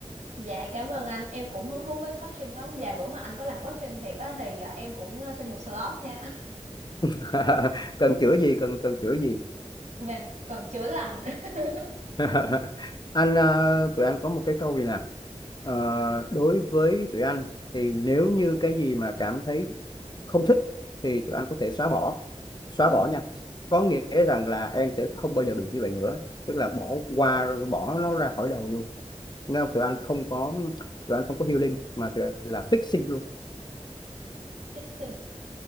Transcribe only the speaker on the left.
<laughs> cần chữa gì cần cần chữa gì
<laughs> anh ờ, tụi anh có một cái câu gì nè Ờ, đối với tụi anh thì nếu như cái gì mà cảm thấy không thích thì tụi anh có thể xóa bỏ xóa
bỏ nha có nghĩa rằng là em sẽ không bao giờ bị như vậy nữa tức là bỏ qua bỏ nó ra khỏi đầu luôn Nghe không?
tụi anh không có tụi anh không có healing mà tụi anh là fixing luôn